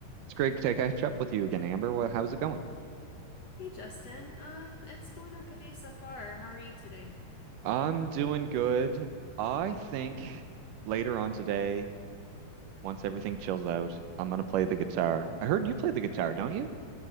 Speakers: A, on the right; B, on the left.
A: It's great to catch up with you again, Amber. Well, how's it going?
B: Hey Justin, uh, it's going okay so far. How are you today?
A: I'm doing good. I think later on today, once everything chills out, I'm gonna play the guitar. I heard you play the guitar, don't you?